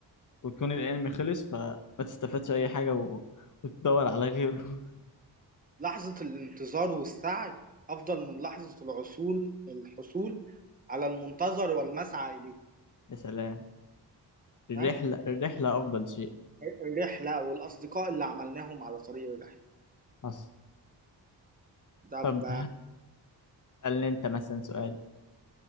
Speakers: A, on the left; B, on the right.
A: ويكون الانمي خلص فما تستفادش اي حاجة و... وتدور على غيره <laughs>
B: لحظه الانتظار والسعي افضل من لحظه العصول الحصول على المنتظر والمسعى اليه
A: يا سلام الرحلة
B: دايما
A: الرحلة افضل شيء
B: الرحلة والأصدقاء اللي عملناهم على طريق الرحلة
A: حصل
B: ده
A: طب
B: ب-
A: اسألني انت مثلا سؤال